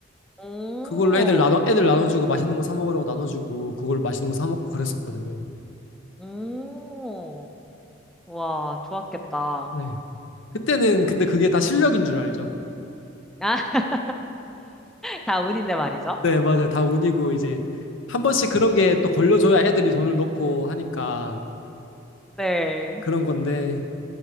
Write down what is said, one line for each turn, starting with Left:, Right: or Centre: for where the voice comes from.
Centre: 오,
Left: 그걸로 애들 나눠 애들 나눠주고 맛있는 거 사 먹으려고 나눠주고 그걸 맛있는 거 사 먹고 그랬었거든요.
Centre: 오, 와, 좋았겠다.
Left: 네. 그때는 근데 그게 다 실력인 줄 알죠.
Centre: 아, <laughs> 다 운인데 말이죠.
Left: 네, 맞아요. 다 운이고 이제 한 번씩 그런 게 또 걸려줘야 애들이 돈을 넣고 하니까
Centre: 네.
Left: 그런 건데